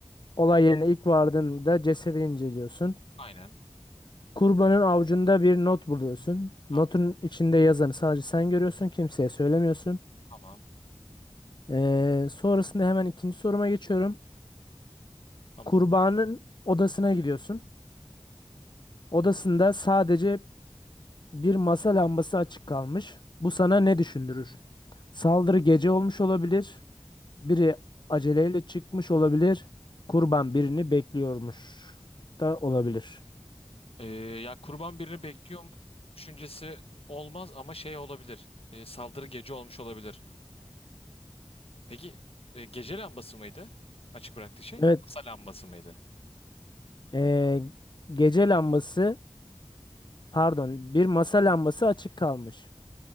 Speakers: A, on the left (about 50°); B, on the left (about 70°).
A: olay yerine ilk vardığında cesedi inceliyorsun.
B: Aynen.
A: Kurbanın avucunda bir not buluyorsun. Notun
B: Tamam,
A: içinde yazanı sadece sen görüyorsun, kimseye söylemiyorsun.
B: tamam,
A: Ee, sonrasında hemen ikinci soruma geçiyorum.
B: tamam.
A: Kurbanın odasına gidiyorsun. Odasında sadece bir masa lambası açık kalmış. Bu sana ne düşündürür? Saldırı gece olmuş olabilir. Biri aceleyle çıkmış olabilir. Kurban birini bekliyormuş da olabilir.
B: Ee, ya kurban birini bekliyor mu düşüncesi olmaz ama şey olabilir. Ee, saldırı gece olmuş olabilir. Peki e, gece lambası mıydı? Açık bıraktığı şey.
A: Evet,
B: Masa lambası mıydı?
A: ee, gece lambası. Pardon, bir masa lambası açık kalmış.